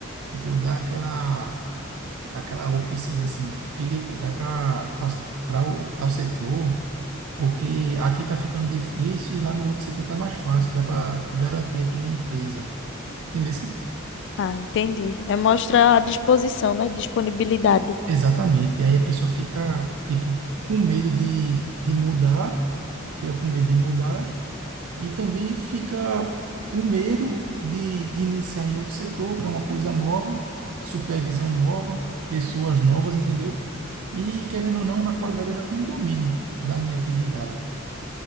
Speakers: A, on the right; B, on the left.
A: tipo, dar aquela, aquela opção de assim, Felipe, vai para tal, tal, tal setor, porque aqui tá ficando difícil e lá no outro setor tá mais fácil, dá para te garantir aqui na empresa. Entendeu?
B: Ah, entendi. É mostrar a disposição, né? Disponibilidade.
A: Exatamente. E aí a pessoa fica, tipo, com medo de, de mudar, fica com medo de mudar e também fica com medo de iniciar em outro setor, que é uma coisa nova, supervisão nova, pessoas novas, entendeu? E querendo ou não, na qualidade eu já tenho um domínio da minha atividade.